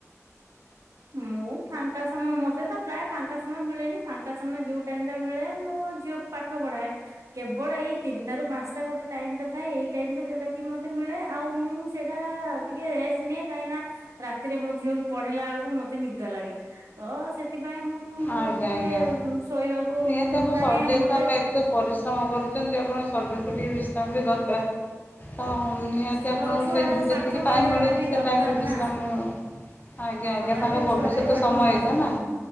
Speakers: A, on the right; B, on the left.
A: ମୁଁ ଫା ଙ୍କା ସମୟ ମତେ ତ ପ୍ରାୟ ଫାଙ୍କା ସମୟ ମିଳେନି ଫାଙ୍କା ସମୟ ଯୋଉ ଟାଇମ ଟା ମିଳେ ମୁଁ ମୋ ଝିଅକୁ ପାଠ ପଢ଼ାଏ । କେବଳ ଏଇ ତିନିଟା ରୁ ପାଞ୍ଚ ଟା ଗୋଟେ ଟାଇମ ତ ଥାଏ। ଏଇ ଟାଇମ ରେ ଯୋଉଟା କି ମତେ ମିଳେ ଆଉ ମୁଁ ସେଇଟା ଟିକେ ରେଷ୍ଟନିଅ କାହିଁକି ନା ରାତିରେ ମୋ ଝିଅକୁ ପଢେଇଲା ବେଳକୁ ମତେ ନିଦ ଲାଗେ। ତ ସେଥି ସେଥିପାଇଁ ମୁଁ
B: ଆଜ୍ଞା
A: କିଏ
B: ଆଜ୍ଞା।
A: ଶୋଇବାକୁ
B: ନିହାତି ତମକୁ
A: ମାନେ
B: ସଜି ହେଇଥିବ
A: ମତେ
B: ତମେ ଏତେ ପରିଶ୍ରମ କରୁଚ ତି ଆପଣଙ୍କ ଶରୀରକୁ ଟିକେ ବିଶ୍ରାମ ବି ଦରକାର। ହଁ ହଁ ନିହାତି
A: ତ
B: ଆପଣଙ୍କୁ
A: ଛୁଆ
B: ସେ
A: ଟାକୁ
B: ଯେତିକି
A: ପାଠ ପଢେଇବା
B: ଟାଇମ ମିଳୁଚି
A: ଟା ବି
B: ସେ
A: ଦରକାର
B: ଟାଇମରେ ବିଶ୍ରାମ
A: ନା
B: ନିଅ। ଆଜ୍ଞା
A: ହଁ
B: ଆଜ୍ଞା
A: ତା
B: ତାଙ୍କ
A: ଦେହରେ
B: ଭବିଷ୍ୟତ
A: ଛୁଆ ଟା ବି ପାଠ
B: ସମୟ
A: ପଢା
B: ଏଇଟା ନା।